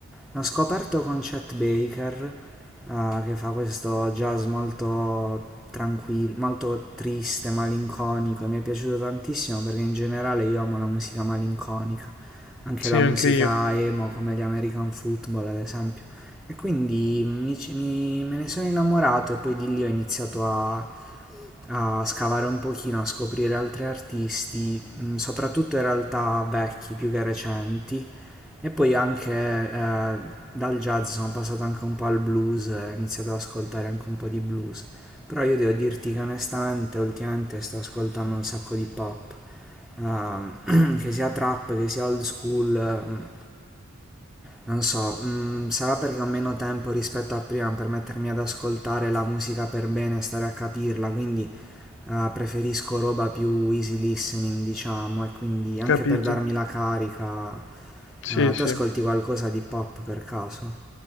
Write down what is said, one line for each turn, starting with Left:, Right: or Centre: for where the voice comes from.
Centre: L'ho scoperto con Chet Baker, eh, che fa questo jazz molto tranquillo, molto triste, malinconico, e mi è piaciuto tantissimo perché in generale io amo la musica malinconica, anche
Left: Sì,
Centre: la
Left: anche
Centre: musica
Left: io,
Centre: emo come gli American Football ad esempio. E quindi mi ci- mi- me ne sono innamorato e poi di lì ho iniziato a, a scavare un pochino, a scoprire altri artisti, mm, soprattutto in realtà vecchi più che recenti. E poi anche eh, dal jazz sono passato anche un po' al blues, e ho iniziato ad ascoltare anche un po' di blues. Però io devo dirti che onestamente ultimamente sto ascoltando un sacco di pop, ehm, <clears throat> che sia trap, che sia old school, ehm, non so, mm, sarà perché ho meno tempo rispetto a prima per mettermi ad ascoltare la musica per bene e stare a capirla, quindi eh, preferisco roba più easy listening, diciamo, e quindi anche
Left: capito.
Centre: per darmi la carica
Left: Sì,
Centre: Ah,
Left: sì.
Centre: tu ascolti qualcosa di pop per caso?